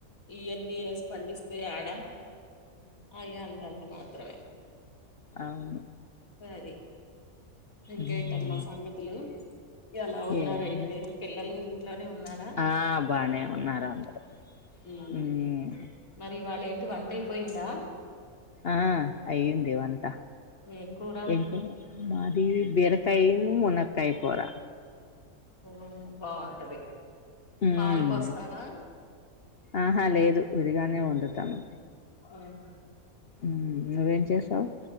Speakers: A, on the left (about 65°); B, on the left (about 50°).
A: ఇయన్నీ ఏస్ పండిస్తే యడ అయంతంత మాత్రమె
B: ఔన్
A: అది ఇంకేంటమ్మ
B: మ్మ్
A: సంగతులు ఎలా ఉన్నారైతే
B: ఏమున్నాయి
A: పిల్లలు ఇంట్లోనే ఉన్నారా
B: ఆ బానే ఉన్నారు అందరూ
A: ఊమ్
B: మ్మ్
A: మరి ఇవాళ్ళ ఏం వంటైపోయిందా
B: ఆ అయ్యింది వంట
A: ఏం కూర
B: ఇంక్ మాద్ బేరకాయను, మునక్కాయ కూర
A: మ్మ్ బాగుంటది
B: మ్మ్
A: పాలు పోస్తావా
B: ఆహా లేదు విడిగానే వండతాను
A: అహ
B: మ్మ్ నువ్వేం చేసావు